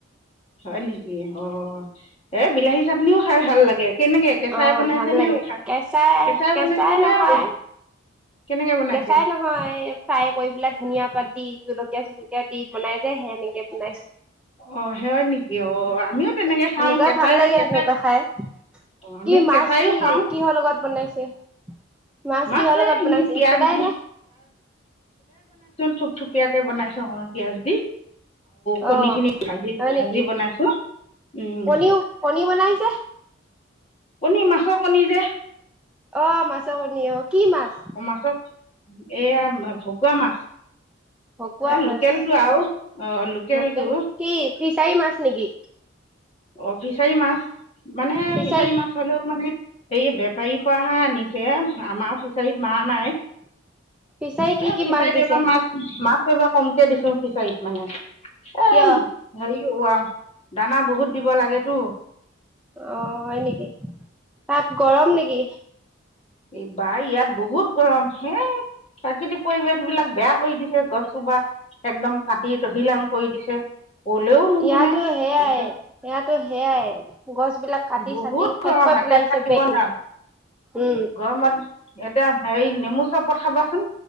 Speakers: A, on the left; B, in the centre.
A: হয় নেকি? অ এ বিলাহী চাটনিও খাই ভাল লাগে। কেনেকে কেঁচাই
B: অ
A: বনাইছে
B: ভাল লাগে
A: নে উঠা
B: কেঁচাই, কেঁচাই
A: বনাইছে নে
B: নহয়,
A: উখ- কেনেকে বনাইছে
B: কেঁচাই নহয়, ফ্ৰাই কৰি পেলাই ধুনীয়া পাত দি জলকীয়া চলকীয়া দি বনাই যে সেনেকে বনাইছো।
A: অ সেই নেকি অ আমিও তেনেকে
B: সেনেকুৱা
A: খাও কেঁচাই,
B: ভাল লাগে
A: কেঁচাই।
B: সেনেকুৱা খাই
A: আমি
B: কি মাছ,
A: কেঁচাইও
B: কি
A: খাওঁ
B: কিহৰ লগত বনাইছে, মাছ
A: মাছে
B: কিহৰ লগত
A: এনেই
B: বনাইছে
A: পিয়াজ
B: সোধাই
A: দি
B: নে?
A: থুপ থুপিয়াকে বনাইছো অলপ পিয়াজ দি। কণী
B: অ
A: খিনি ভাজি
B: হয়
A: ভাজি
B: নেকি
A: বনাইছো, উম
B: কণীও কণী বনাইছে
A: কণী, মাছৰ কণী যে।
B: অ মাছৰ কণি অ। কি মাছ
A: মাছৰ এইয়া ভকুৱা মাছ।
B: ভকুৱা
A: এ
B: মাছ
A: লোকেলটো আৰু লোকেলটো।
B: লোকেল কি ফিচাৰী মাছ নেকি
A: অ ফিচাৰী মাছ। মানে
B: ফিচাৰীত
A: ফিছাৰী মাছ হলেও মানে এই বেপাৰীৰ পৰাহে আনিছে আমাৰ ফিচাৰীত মাৰা নাই
B: ফিচাৰীত কি
A: এ
B: কি
A: ফিচাৰীত
B: মাছ দিছে
A: এবাৰ মাছ মাছ এবাৰ কমকে দিছো ফিচাৰীত মানে এ
B: কিয়
A: হেৰি দানা বহুত। দিব লাগেটো।
B: অ হয় নেকি, তাত গৰম নেকি?
A: এইবাৰ ইয়াত বহুত গৰম। হেই প্ৰাকৃতিক পৰিৱেশ বিলাক বেয়া কৰি দিছে। গছসোপা একদম কাটি তহিলং কৰি দিছে। কলেও নুশুনে
B: ইয়াতো, সেয়াই
A: এতিয়া
B: ইয়াতো সেয়াই গছ বিলাক। কাটি
A: বহুত
B: চাটি শেষ
A: গৰম
B: কৰি পেলাইছে
A: একে থাকিব
B: বে
A: নোৱাৰো,
B: উম
A: গৰমত। এ <inaudible> এতিয়া সেৰি নেমু চপত খাবাচোন।